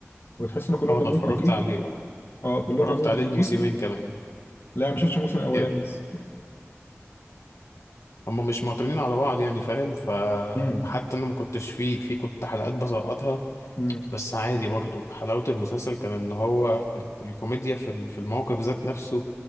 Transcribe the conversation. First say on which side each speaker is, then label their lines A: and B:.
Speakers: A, on the left; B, on the left.
A: وتحس ان كلهم
B: اه
A: دمهم
B: انا اتفرجت
A: خفيف
B: عليه اه
A: اه كلهم
B: اتفرجت
A: دمهم
B: عليه
A: خفيف
B: الموسمين كمان
A: لا ما شفتش الموسم الاولاني
B: ايه
A: لسه
B: هم مش معتمدين على بعض يعني فاهم فحتى
A: امم
B: انا ما كنتش فيه في كنت حلقات بسقطها
A: امم
B: بس عادي برضو حلاوة المسلسل كان ان هو ال- الكوميديا في ال- في الموقف ذات نفسه